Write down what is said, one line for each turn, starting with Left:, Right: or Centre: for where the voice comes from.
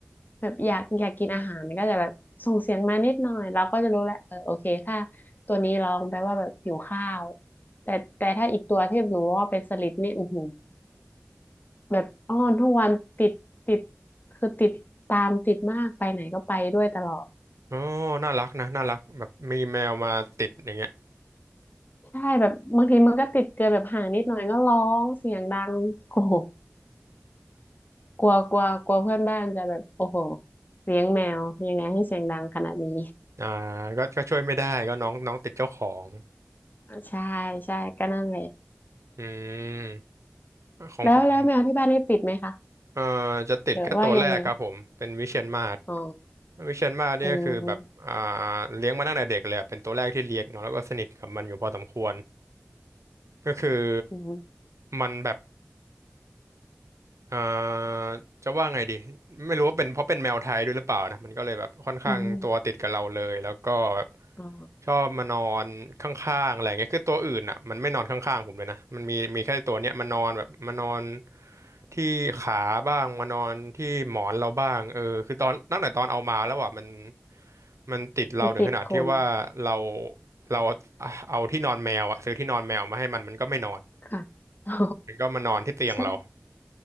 Left: แบบอยากอยากกินอาหารก็จะแบบส่งเสียงมานิดหน่อยเราก็จะรู้แหละเออโอเคถ้าตัวนี้ร้องแปลว่าแบบหิวข้าวแต่แต่ถ้าอีกตัวที่หนูว่าเป็นสลิดนี่อือหือแบบอ้อนทุกวันติดติดคือติดตามติดมากไปไหนก็ไปด้วยตลอด
Right: โอ้น่ารักนะ น่ารักแบบมีแมวมาติดอย่างเงี้ย
Left: ใช่แบบบางทีมันก็ติดเกินแบบห่างนิดหน่อยก็ร้องเสียงดังโอ้โห กลัวกลัวกลัวเพื่อนบ้านจะแบบโอ้โหเลี้ยงแมวยังไงให้เสียงดังขนาดนี้
Right: อ่าก็ก็ช่วยไม่ได้ ก็น้องน้องติดเจ้าของ
Left: ใช่ใช่ก็นั่นแหละ
Right: อืม ของผม
Left: แล้วแล้วแมวที่บ้านนี่ติดไหมคะ
Right: เอ่อจะติดแค่ตัวแรกครับผม
Left: หรือว่ายังไง
Right: เป็นวิเชียรมาศ
Left: อ๋อ
Right: วิเชียรมาศเนี่ยคือแบบ
Left: อืม
Right: อ่า เลี้ยงมาตั้งแต่เด็กเลยอะเป็นตัวแรกที่เลี้ยงเนาะแล้วก็สนิทกับมันอยู่พอสมควร ก็คือ
Left: อืม
Right: มันแบบ เอ่อจะว่าไงดีไม่รู้ว่าเป็นเพราะเป็นแมวไทยด้วยหรือเปล่านะมันก็เลยแบบค่อนข้างตัวติดกับเราเลยแล้วก็แบบ
Left: อืมอ๋อ
Right: ชอบมานอนข้างๆอะไรเงี้ยคือตัวอื่นอ่ะมันไม่นอนข้างๆผมเลยนะมันมีมีแค่ตัวเนี้ยมานอนแบบมานอนที่ขาบ้างมานอนที่หมอนเราบ้างเออคือตอนตั้งแต่ตอนเอามาแล้วอ่ะมันมันติดเราถึงขนาดที่ว่าเรา
Left: มันติดคน
Right: เราเอาที่นอนแมวอ่ะซื้อที่นอนแมวมาให้มันมันก็ไม่นอน
Left: ค่ะ <laughs> อ๋อ
Right: มันก็มานอนที่เตียงเรา
Left: ใช่